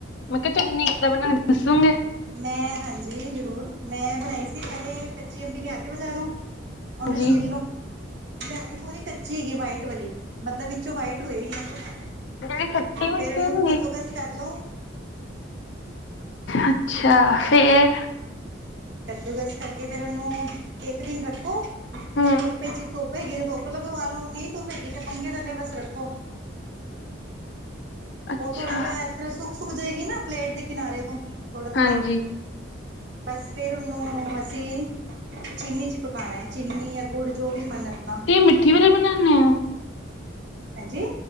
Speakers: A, on the left; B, on the right.
A: ਮੈਂ ਕਿਹਾ ਚਟਨੀ ਕਿੱਦਾਂ ਬਣਾਨੀ ਦੱਸੋਗੇ?
B: ਮੈਂ ਹਾਂਜੀ ਜ਼ਰੂਰ, ਮੈਂ ਬਣਾਈ ਸੀ ਪਹਿਲੇ ਕੱਚੀ ਅੰਬੀ ਲਿਆ ਕੇ। ਬਜ਼ਾਰੋਂ ਓਨੂੰ
A: ਜੀ
B: ਛਿੱਲ ਲੋ। ਲੈਣੀ ਪੂਰੀ ਕੱਚੀ ਹੈਗੀ। ਵਾਈਟ ਵਾਲੀ ਮਤਲਬ ਵਿੱਚੋਂ ਵਾਈਟ ਹੋਏ, ਯੇਲੋ ਨਾ ਹੋਏ।
A: ਜਿਹੜੀ ਖੱਟੀ ਮਿੱਠੀ
B: ਫੇਰ ਓਨੂੰ
A: ਹੁੰਦੀ
B: ਕੱਦੂਕਸ ਕਰਲੋ।
A: ਅੱਛਾ, ਫੇਰ।
B: ਕੱਦੂਕਸ ਕਰਕੇ ਫੇਰ, ਓਨੂੰ ਇੱਕ ਦਿਨ ਰੱਖੋ ਧੁੱਪੇ
A: ਹਮ
B: ਚ ਧੁੱਪ ਹੈਗੀ। ਧੁ ਧੁੱਪ ਲਗਵਾ ਲੋ ਨਈ ਧੁੱਪ ਹੈਗੀ ਤੇ, ਪੰਖੇ ਥੱਲੇ ਬਸ ਰੱਖੋ।
A: ਅੱਛਾ
B: ਓ ਥੋੜਾ ਜਾ ਐਸ ਤਰਾਂ, ਸੁੱਕ- ਸੁੱਕ ਜਾਏਗੀ ਨਾ। ਪਲੇਟ ਦੀ ਕਿਨਾਰੇ ਤੋਂ ਥੋੜਾ-ਥੋੜਾ।
A: ਹਾਂਜੀ
B: ਬਸ ਫੇਰ ਓਨੂੰ, ਅਸੀਂ ਚੀਨੀ ਚ ਪਕਾਣਾ ਹੈ। ਚੀਨੀ ਯਾਂ ਗੁੜ ਜੋ ਵੀ ਮਨ ਆਪਣਾ।
A: ਤੇ ਮਿੱਠੀ ਵਾਲੇ ਬਨਾਣੇ ਓ?
B: ਹੈਨ ਜੀ।